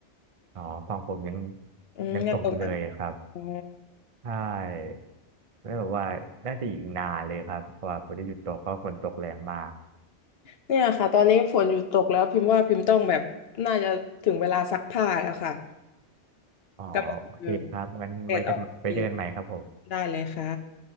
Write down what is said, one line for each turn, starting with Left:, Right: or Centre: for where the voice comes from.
Right: อ๋อฝั่งผมยัง
Left: อืมยังตกหนัก
Right: ยังตกอยู่เลยครับ
Left: อ๋อ
Right: ใช่ แล้วแบบว่าน่าจะอีกนานเลยครับกว่าฝนจะหยุดตกเพราะฝนตกแรงมาก
Left: เนี่ยค่ะตอนนี้ฝนหยุดตกแล้วพิมพ์ว่าพิมพ์ต้องแบบน่าจะถึงเวลาซักผ้าแล้วค่ะ
Right: อ๋อโอเคครับงั้นไว้กันไว้เจอกันใหม่ครับผม
Left: กำลังเออเสร็จออกทีได้เลยค่ะ